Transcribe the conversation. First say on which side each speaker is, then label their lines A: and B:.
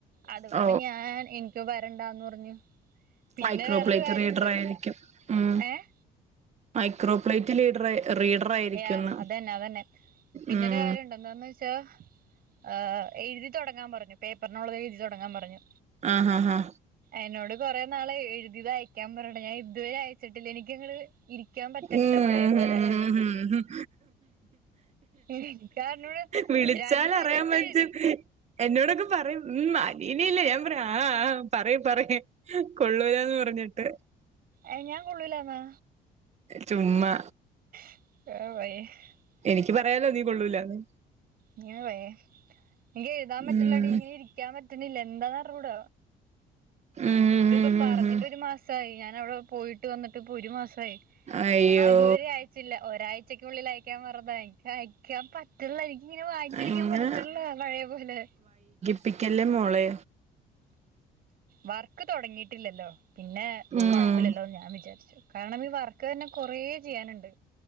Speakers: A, on the right; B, on the right.
A: അതുകൊണ്ട്
B: ആ
A: ഞാൻ എനിക്ക് വരണ്ടന്ന് പറഞ്ഞു പിന്നെ
B: മൈക്രോപ്ലൈറ്റ്
A: വേറൊരു കാര്യണ്ട്
B: റീഡർ ആയിരിക്കും ഉം
A: ഏഹ്
B: മൈക്രോപ്ലൈറ്റ് ലീഡർ റീഡർ ആയിരിക്കുംന്ന്
A: യാ അതന്നെ അതന്നെ പിന്നെരു
B: ഉം
A: കാര്യ ഉണ്ട് എന്താന്ന് വെച്ചാ ഏഹ്ഹ എഴുതി തുടങ്ങാൻ പറഞ്ഞു പേപ്പറിനുള്ളത് എഴുതി തുടങ്ങാൻ പറഞ്ഞു
B: ആഹ് ഹാ ഹാ
A: എന്നോട് കൊറെേ നാള് എഴുതിയത് അയക്കാൻ പറയണേ ഞാൻ ഇതുവരെ അയച്ച വെച്ചിട്ടില്ല എനിക്കങ് ഇരിക്കാൻ പറ്റണില്ല
B: ഉം
A: പഴയ പോലെ
B: ഉം
A: എനിക്കാണെന്നോട്
B: വിളിച്ചാൽ
A: രണ്ട് സെന്റൻസ്
B: അറിയാൻ പറ്റ
A: എഴുതി
B: എന്നോടൊക്കെ പറയും ഉമ് ഇനില്ല ഞൻ പറ ആ ആ പറയ് പറയും ഹ് കൊള്ളൂലാന്ന് പറഞ്ഞിട്ട്
A: ഏഹ് ഞാൻ കൊള്ളൂലാന്നാ
B: ചുമ്മാ
A: <unintelligible>
B: എനിക്ക് പറയാല്ലോ നീ കൊള്ളൂലന്നു
A: നീ ഒന്ന് പോയെ എനിക് എഴുതാൻ പറ്റുള്ളടി
B: ഉം
A: ഇങ്ങനെ ഇരിക്കാൻ <unintelligible> പറ്റുന്നില്ല എന്താന്നറിഞ്ഞൂട
B: ഉം
A: ഇതിപ്പോ പറഞ്ഞിട്ടൊരു മാസായി ഞാൻ <unintelligible> പോയിട്ട് വന്നിട്ട് പ്പൊരു മാസായി.
B: അയ്യോ
A: ആത്വരെ ആയച്ചില്ല ഒരാഴ് ച്ചക്കുള്ളിൽ അയക്യാ മറന്നോയ് ഞാൻ അയക്യാൻ പറ്റ്ൺല്ലനി ഞ്ഞി വായ്ച്ചിരിക്കാൻ
B: അങ്ങനെ
A: പറ്റ്ൺല്ല പഴേപോലെ
B: പ്പിക്കല്ലേ മോളേ
A: വർക്ക് തൊടങ്ങിട്ടില്ലല്ലോ. പിന്നെ
B: ഉം
A: കൊഴ്പ്പല്ലല്ലോന്ന് ഞാൻ വിചാരിച്ചു കാരണം ഇ വർക്ക്ന്നെ കൊറേ ചെയ്യാനുണ്ട്.